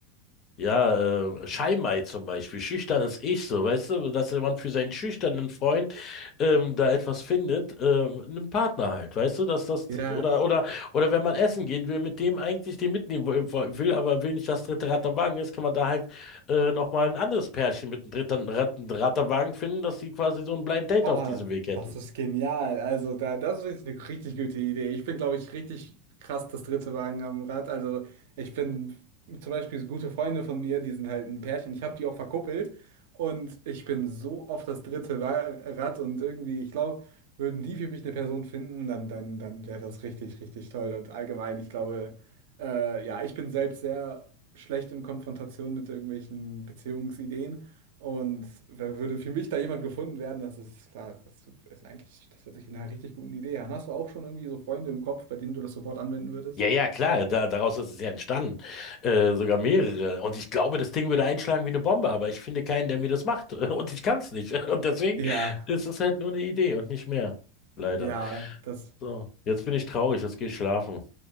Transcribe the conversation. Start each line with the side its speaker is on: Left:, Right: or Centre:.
Left: ja, äh, Scheimei zum Beispiel, schüchternes Ich, so, weißt du, dass jemand für seinen schüchternen Freund ähm, da etwas findet, ähm, einen Partner halt, weißt du, dass das,
Right: Ja.
Left: oder, oder, oder wenn man essen gehen will, mit dem eigentlich den mitnehmen wo- wo- will, aber will nicht das dritte Rad am Wagen ist, kann man da halt äh, nochmal ein anderes Pärchen mit dem dritten Rad, Rad am Wagen finden, dass die quasi so ein Blind Date
Right: Oh,
Left: auf diesem Weg hätten.
Right: das ist genial. Also, da, das ist wirklich eine richtig gute Idee. Ich bin, glaube ich, richtig krass das dritte Wagen am Rad. Also, ich bin zum Beispiel so gute Freunde von mir, die sind halt ein Pärchen. Ich habe die auch verkuppelt und ich bin so oft das dritte Wa- Rad und irgendwie, ich glaube, würden die für mich eine Person finden, dann, dann, dann wäre das richtig, richtig toll. Und allgemein, ich glaube. Äh, ja, ich bin selbst sehr schlecht in Konfrontation mit irgendwelchen Beziehungsideen. Und wer würde für mich da jemand gefunden werden, das ist klar, das ist eigentlich, das hört sich nach einer richtig guten Idee an. Hast du auch schon irgendwie so Freunde im Kopf, bei denen du das sofort anwenden würdest?
Left: Ja, ja, klar, da, daraus ist es ja entstanden. Äh, sogar mehrere. Und ich glaube, das Ding würde einschlagen wie eine Bombe, aber ich finde keinen, der mir das macht. <laughs> Und ich kann es nicht. <laughs> Und deswegen
Right: Ja,
Left: ist es halt nur eine Idee und nicht mehr. Leider.
Right: ja, das.
Left: So, jetzt bin ich traurig, jetzt gehe ich schlafen.